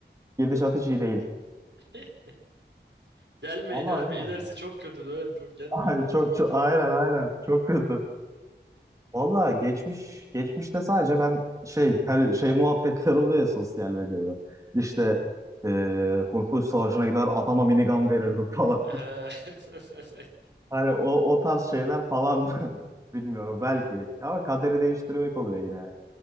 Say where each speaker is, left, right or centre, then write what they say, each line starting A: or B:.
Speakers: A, on the right; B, on the right.
A: Gidişat hiç iyi değil.
B: <laughs> Gelmeyin
A: Vallahi
B: abi.
A: bilmiyorum
B: ilerisi
A: ya.
B: çok kötü dönem. Çok gelmeyin
A: Ay,
B: abi.
A: çok, çok aynen aynen çok kötü. Valla geçmiş
B: Hmm.
A: geçmişte sadece ben şey her şey muhabbetler oluyor ya sosyal medyada. İşte eee Kurtuluş Savaşı'na gider atama minigun verirdim falan.
B: Ehe. <laughs>
A: <laughs> Hani o, o tarz şeyler falan <laughs> bilmiyorum belki. Ama kaderi değiştirmek oluyor yine.